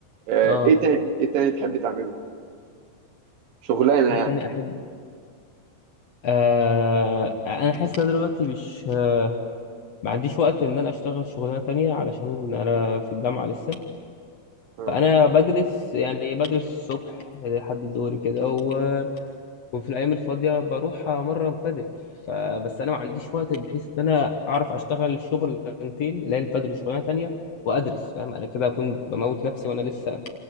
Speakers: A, on the right; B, on the left.
A: آه،
B: أه
A: ايه تاني ايه تاني تحب تعمله شغلانه
B: إيه
A: يعني
B: تاني أحب آه أنا حاسس إن أنا دلوقتي مش آه ما عنديش وقت إن أنا أشتغل شغلانة تانية علشان أنا في الجامعة لسه
A: اه
B: فأنا بدرس يعني بدرس الصبح لحد الظهر كده و... وفي الأيام الفاضية بروح أمرن بادل فبس أنا ما عنديش وقت بحيث إن أنا أعرف أشتغل شغلانتين اللي هي البادل وشغلانة تانية وأدرس فاهم أنا كده هكون بموت نفسي وأنا لسه